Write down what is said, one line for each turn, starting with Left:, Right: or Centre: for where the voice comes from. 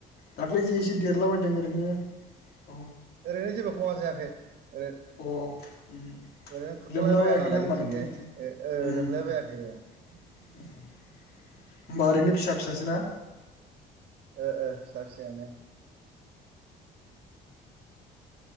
Left: दाख्लै जे एसे देरला बायदों ओरैनो औ
Right: ओरैहाय जेबो खहा जायाखै ओरै
Left: अह ओम।
Right: ओरैनो खुरखालायबाया
Left: लोमलाबायाखैना
Right: नालाय
Left: होमबा
Right: जोंथिंजाय
Left: नोंथाङ निजों
Right: ओ ओ
Left: ओम।
Right: लोमलायबायाखै औ
Left: होमबा ओरैनो फिसा फिसासो ना।
Right: ओह ओह फिसा फिसायानो।